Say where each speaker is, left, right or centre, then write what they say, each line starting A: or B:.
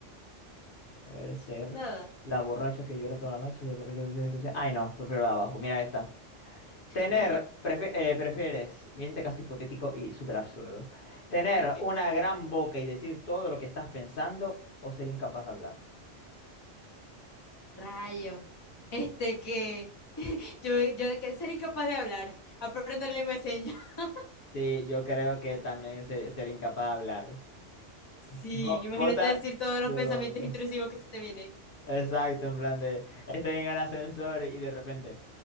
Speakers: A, on the left; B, on the left.
A: Poder ser
B: nada.
A: la borracha que llora toda la noche, el borracho que empieza a Ay, no, prefiero la de abajo. Mira esta.
B: <laughs>
A: Tener, prefi- eh, prefieres, mira este caso hipotético y súper absurdo. Tener
B: Ok,
A: una gran boca y decir todo lo que estás pensando o ser incapaz de hablar.
B: rayo. Este que <laughs> yo, yo de que ser incapaz de hablar, aprendo lengua de señas. <laughs>
A: Sí, yo creo que también ser, ser incapaz de hablar.
B: Sí,
A: Bo-
B: imagínate
A: Bota.
B: decir todos los
A: No.
B: pensamientos intrusivos que se te vienen.
A: Exacto, en plan de. Estoy en el ascensor y de repente.